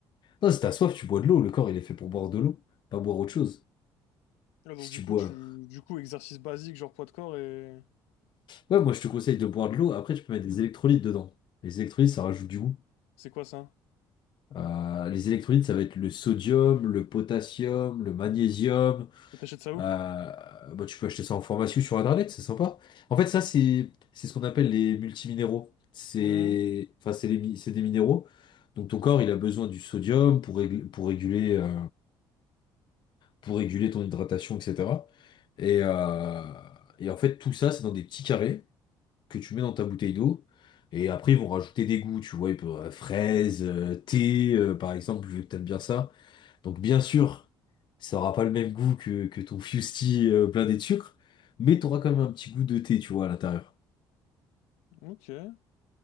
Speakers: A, on the left; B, on the left.
A: Non, si t'as soif, tu bois de l'eau, le corps, il est fait pour boire de l'eau, pas boire autre chose.
B: Là, donc,
A: Si
B: du
A: tu
B: coup,
A: bois...
B: tu... Du coup, exercice basique, genre poids de corps et...
A: Ouais, moi, je te conseille de boire de l'eau, après, tu peux mettre des électrolytes dedans. Les électrolytes, ça rajoute du goût.
B: C'est quoi, ça?
A: Euh, les électrolytes, ça va être le sodium, le potassium, le magnésium,
B: Et t'achètes ça où?
A: Euh, bah, tu peux acheter ça en formation sur Internet, c'est sympa. En fait, ça, c'est c'est ce qu'on appelle les multiminéraux. C'est
B: Hmm,
A: enfin, c'est les mi- c'est des minéraux. Donc ton corps, il a besoin du sodium pour régl- pour réguler euh, pour réguler ton hydratation, etc. Et euh, et en fait, tout ça, c'est dans des petits carrés que tu mets dans ta bouteille d'eau. Et après, ils vont rajouter des goûts, tu vois, ils peuvent, euh, fraises, euh, thé, euh, par exemple, vu que t'aimes bien ça. Donc bien sûr, ça aura pas le même goût que, que ton fusti euh, blindé de sucre, mais t'auras quand même un petit goût de thé, tu vois, à l'intérieur.
B: ok. Et